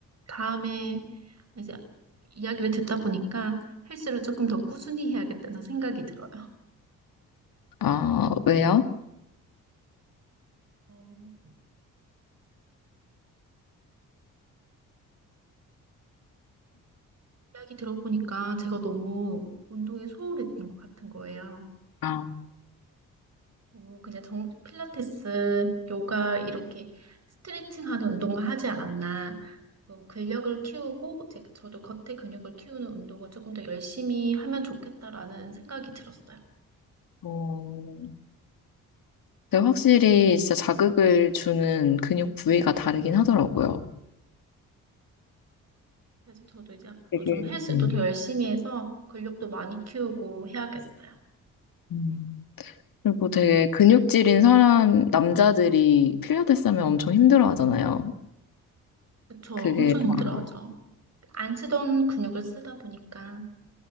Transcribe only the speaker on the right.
다음에 이제 이야기를 듣다 보니까 헬스를 조금 더 꾸준히 해야겠다는 생각이 들어요.
어, 이야기 들어보니까 제가 너무 운동에 소홀했던 것 같은 거예요.
너무 그냥 정, 필라테스, 요가 이렇게 스트레칭하는 운동을 하지 않았나. 그럼 근력을 키우고 이제 저도 겉에 근육을 키우는 운동을 조금 더 열심히 하면 좋겠다라는 생각이 들었어요.
그래서 저도 이제 앞으로
좀 헬스도
더 열심히 해서 근력도 많이 키우고 해야겠어요.
그쵸?
엄청
힘들어하죠.
안 쓰던 근육을 쓰다 보니까.